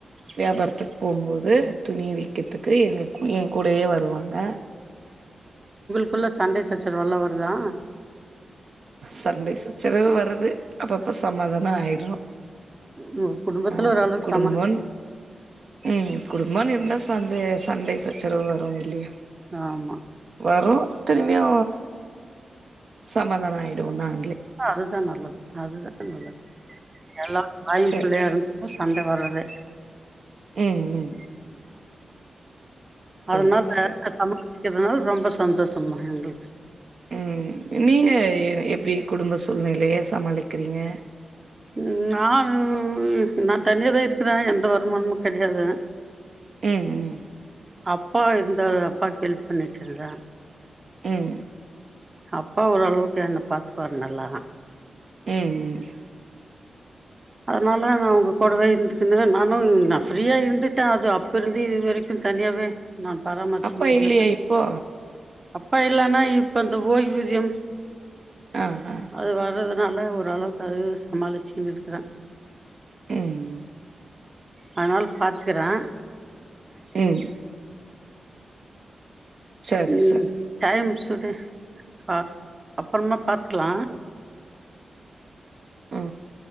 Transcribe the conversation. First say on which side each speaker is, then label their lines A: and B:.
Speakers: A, on the right; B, on the right.
A: வியாபாரத்துக்கு போம்போது துணி விக்கறதுக்கு எங்க எங்கூடயே வருவாங்க
B: ஆ குள்ள சண்ட சச்சரவு ல்லா வருதா
A: சண்டை சச்சரவு வருது அப்பப்ப சமாதான ஆய்ட்றோ
B: உங்க குடும்பத்துல
A: அ,
B: ஓரளவுக்கு
A: குடும்போன்
B: சமாளிச்சு
A: ம் குடும்போன்னு இருந்தா சந்தே சண்டை சச்சரவு வரு இல்லியா
B: ஆமா
A: வரூ திரும்மியூ சமாதான ஆயிடுவோ நாங்ளே
B: அதுதா நல்லது அதுதா நல்லா எல்லா வாயூ
A: சரி
B: பிள்ளையாருந்தூ சண்ட வர்றதே
A: ம் ம் சரி
B: அத்னால்
A: சரி
B: <inaudible> இதனால் ரொம்ப சந்தோஷமா எங்ளுக்கு
A: ம் நீங்க எப்டி குடும்ப சூழ்நிலைய சமாளிக்றீங்க
B: ம் நாவ் நா தனியா தா இருக் க்றே எந்த வருமானமூ கெடையாது
A: ம் ம்
B: அப்பா இருந்தா அப்பாக்கு ஹெல்ப் பண்ணிட்ருந்தே
A: ம்
B: அப்பா ஓரளவுக்கு என்ன பாத்துக்வாரு நல்லா
A: ம் ம்
B: அதனால நா அவங்க கூடவே இருந்துக்கினு நானு நா ஃப்ரீயா இருந்துட்ட அது அப்ப இருந்து இது வரைக்கு தனியாவே நான் <unintelligible>
A: அப்பா இல்லையா இப்போ
B: அப் <unintelligible> இப்ப இந்த ஓய்வூதியம்
A: ஆ ஆ
B: அது வர்றத னால ஓரளவுக்கு அது சமாளிச்சிக்கினு இருக்ற
A: உஹ்ம்
B: அதனால பாத்துக்கிறா
A: ம் சரி
B: உம்
A: சரி
B: டைம்ஸ் ட்றது ஆ, அப்பறமா பாத்துக்லா
A: ஆம்